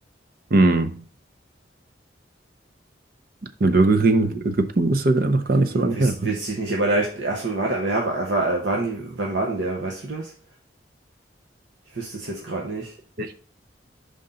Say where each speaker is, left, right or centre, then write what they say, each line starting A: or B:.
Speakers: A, on the right; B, on the right.
A: hm. Eine Burger King in Ägypten ist ja noch gar nicht
B: Nee,
A: so lange
B: wüs-
A: her. ne?
B: wüsste ich nicht, aber da ich, ach so, warte, aber ja, war, war, waren die, wann war denn der, weißt du das? Ich wüsste es jetzt gerade nicht,
A: Echt?